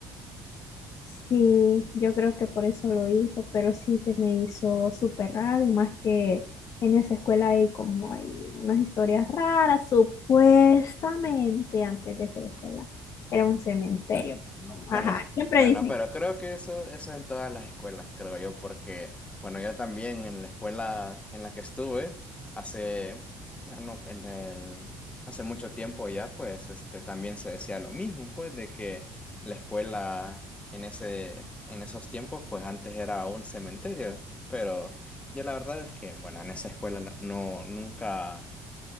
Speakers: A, on the left; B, on the left.
A: Sí, yo creo que por eso lo hizo, pero sí se me hizo súper raro y más que en esa escuela hay como hay unas historias raras, supuestamente antes de ser escuela era un cementerio.
B: <laughs> Bueno,
A: Ajá, siempre
B: bueno,
A: dicen,
B: pero creo que eso, eso en todas las escuelas, creo yo, porque, bueno, yo también en la escuela en la que estuve hace, bueno, en el, hace mucho tiempo ya, pues, este, también se decía lo mismo, fue de que la escuela en ese, en esos tiempos, pues, antes era un cementerio, pero yo la verdad es que, bueno, en esa escuela la- no, nunca